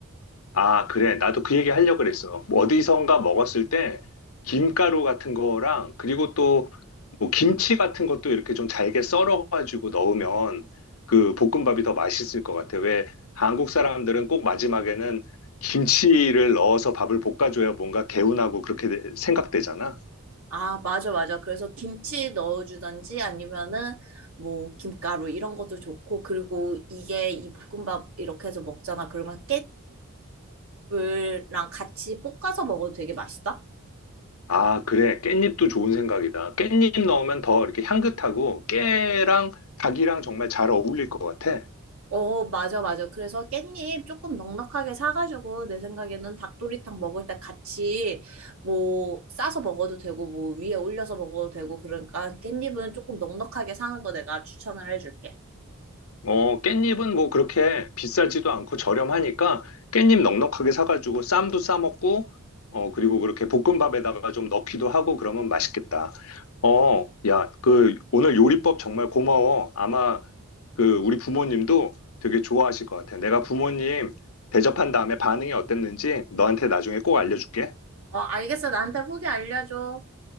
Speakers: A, on the left (about 75°); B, on the right (about 70°).
A: 아, 그래. 나도 그 얘기 하려고 그랬어. 뭐 어디선가 먹었을 때 김가루 같은 거랑 그리고 또 뭐 김치 같은 것도 이렇게 좀 잘게 썰어가지고 넣으면 그 볶음밥이 더 맛있을 것 같아. 왜 한국 사람들은 꼭 마지막에는 김치를 넣어서 밥을 볶아줘야 뭔가 개운하고 그렇게 돼- 생각되잖아.
B: 아, 맞아, 맞아. 그래서 김치 넣어주던지 아니면은 뭐 김가루 이런 것도 좋고, 그리고 이게 이 볶음밥 이렇게 해서 먹잖아. 그러면 깻잎이랑 같이 볶아서 먹어도 되게 맛있다.
A: 아, 그래. 깻잎도 좋은 생각이다. 깻잎 넣으면 더 이렇게 향긋하고 깨랑 닭이랑 정말 잘 어울릴 것 같아.
B: 어, 맞아, 맞아. 그래서 깻잎 조금 넉넉하게 사가지고, 내 생각에는 닭도리탕 먹을 때 같이, 뭐, 싸서 먹어도 되고, 뭐, 위에 올려서 먹어도 되고, 그러니까 깻잎은 조금 넉넉하게 사는 거 내가 추천을 해줄게.
A: 어, 깻잎은 뭐 그렇게 비싸지도 않고 저렴하니까 깻잎 넉넉하게 사가지고 쌈도 싸먹고, 어, 그리고 그렇게 볶음밥에다가 좀 넣기도 하고 그러면 맛있겠다. 어, 야, 그 오늘 요리법 정말 고마워. 아마 그 우리 부모님도 되게 좋아하실 것 같아. 내가 부모님 대접한 다음에 반응이 어땠는지 너한테 나중에 꼭 알려줄게.
B: 어, 알겠어. 나한테 후기 알려줘.